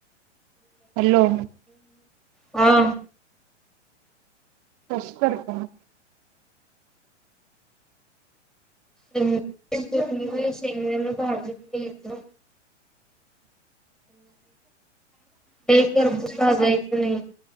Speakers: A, on the right; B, in the centre.
A: हॅलो.
B: हा
A: प्रश करता
B: पहिल शेंगदाण भाजून घ्यायच टेकर भुका जायच नाही